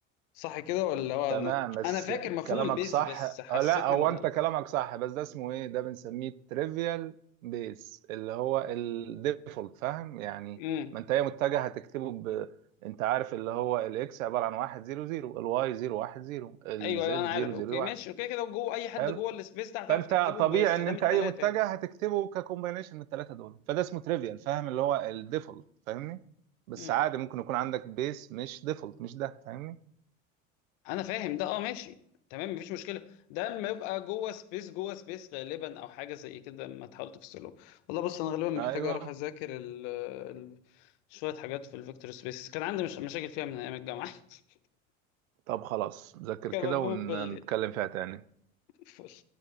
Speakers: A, on the left; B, on the right.
A: صح كده ولا هو
B: تمام
A: انا
B: بس
A: انا فاكر مفهوم
B: كلامك
A: البيز
B: صح
A: بس حسيت
B: آه، لا هو
A: ان
B: انت
A: ال...
B: كلامك صح بس ده اسمه ايه ده بنسميه تريفيال بيس اللي هو الديفولت فاهم يعني
A: امم
B: ما انت هي متجه هتكتبه ب... انت عارف اللي هو الاكس عباره عن 1 0 0 الواي 0 1 0 الزد
A: ايوه أيوة، انا عارف
B: 0
A: اوكي
B: 0 1
A: ماشي اوكي كده جوه اي حد
B: حلو
A: جوه السبيس ده هتعرف
B: فانت
A: تكتبه
B: طبيعي
A: باستخدام
B: ان انت
A: الثلاثه
B: اي متجه هتكتبه ككومبينيشن من الثلاثه دول فده اسمه تريفيال فاهم اللي هو الديفولت فاهمني بس
A: يعني
B: عادي ممكن يكون عندك بيس مش ديفولت مش ده فاهمني
A: انا فاهم ده اه ماشي تمام مفيش مشكله ده اما يبقى جوه سبيس جوه سبيس غالبا او حاجه زي كده ما تحاول تفصله والله بص انا غالبا محتاج
B: ايوه
A: اروح اذاكر ال ال شويه حاجات في الفيكتور سبيس كان عندي مش مشاكل فيها من ايام الجامعه <laughs>
B: طب خلاص ذاكر
A: كان
B: كده
A: مفهوم
B: ونتكلم
A: كل
B: فيها تاني
A: فل